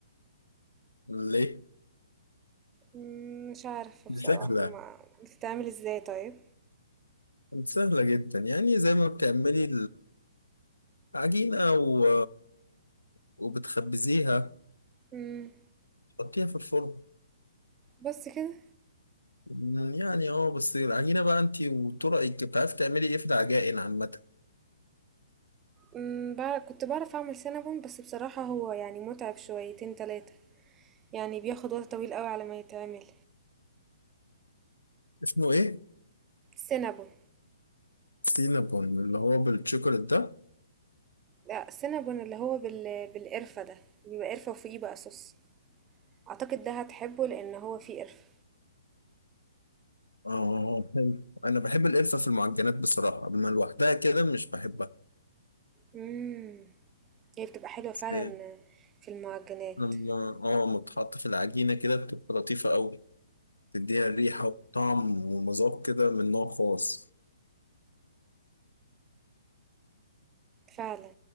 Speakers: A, on the left; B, on the right.
A: ليه
B: مم، مش عارفه بصراحه
A: دي سهله
B: ما بتتعمل ازاي طيب
A: دي سهله جدا يعني زي ما بتعملي العجينه و... وبتخبزيها
B: امم
A: تحطيها في الفرن
B: بس كده
A: مم، يعني اه بس العجينة بقى انت وطرقك بتعرفي تعملي ايه في العجائن عامة
B: امم بع- كنت بعرف اعمل سينابون بس بصراحة هو يعني متعب شويتين تلاتة يعني بياخد وقت طويل قوي على ما يتعمل
A: اسمه ايه؟
B: سينابون
A: سينابون اللي هو بالشوكولات ده
B: لا سينابون اللي هو بال... بالقرفة ده بيبقى قرفة وفوقيه بقى صوص اعتقد ده هتحبه لان هو فيه قرفة
A: اه حلو انا بحب القرفة في المعجنات بصراحة اما لوحدها كده مش بحبها
B: امم هي بتبقى حلوة فعلا
A: بس
B: في المعجنات
A: لما اه متحط في العجينة كده بتبقى لطيفة قوي تديها ريحة وطعم ومذاق كده من نوع خاص
B: فعلا